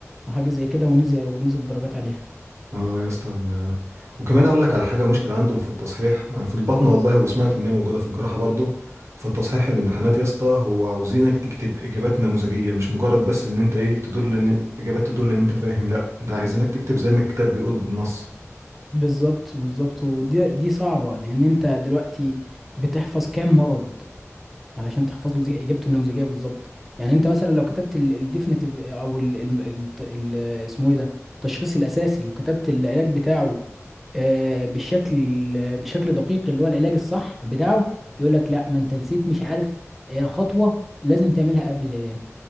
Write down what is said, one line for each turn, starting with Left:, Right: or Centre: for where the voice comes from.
Centre: او حاجة زي كده ونزل ونزل درجات عليها
Right: اه يا اسطى ال- وكمان اقول لك على حاجه مشكله عندهم في التصحيح يعني في البطنه والله وسمعت ان هي موجوده في الجراحه برضه في التصحيح الامتحانات يا اسطى هو عاوزينك تكتب اجابات نموذجيه مش مجرد بس ان انت ايه تدل ان اجابات تدل ان انت فاهم لا ده عايزينك تكتب زي ما الكتاب بيقول بالنص
Centre: بالظبط بالظبط ودي دي صعبة لان انت دلوقتي بتحفظ كام مرض علشان تحفظ له زي- اجابته النموذجيه بالظبط يعني انت مثلا لو كتبت الديفينيتيف او ال ال ال ال اسمه ايه ده التشخيص الاساسي وكتبت العلاج بتاعه آه، بالشكل بشكل دقيق اللي هو العلاج الصح بتاعه يقول لك لا ما انت نسيت مش عارف آه، خطوه لازم تعملها قبل العلاج